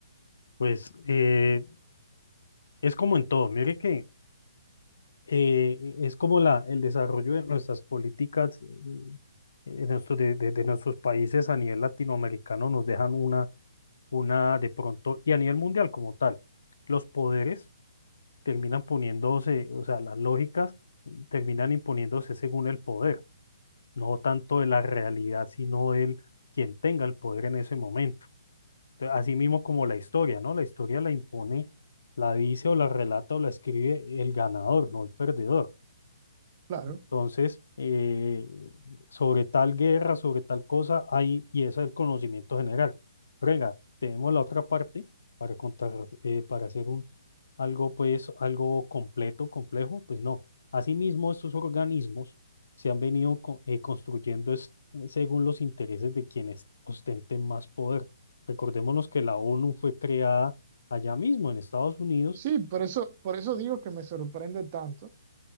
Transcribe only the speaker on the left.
Pues eh, es como en todo, mire que eh, es como la, el desarrollo de nuestras políticas, eh, de, nuestro- de- de- de nuestros países a nivel latinoamericano nos dejan una, una de pronto, y a nivel mundial como tal, los poderes terminan poniéndose, o sea, las lógicas terminan imponiéndose según el poder. no tanto de la realidad, sino del quien tenga el poder en ese momento. Entonces, así mismo como la historia, ¿no? La historia la impone, la dice o la relata o la escribe el ganador, no el perdedor.
Entonces, eh, sobre tal guerra, sobre tal cosa, hay, y ese es el conocimiento general. Pero venga, tenemos la otra parte para contar, eh, para hacer un, algo, pues, algo completo, complejo, pues no. Asimismo, estos organismos se han venido co- eh, construyendo es- según los intereses de quienes ostenten más poder. Recordémonos que la ONU fue creada allá mismo en Estados Unidos.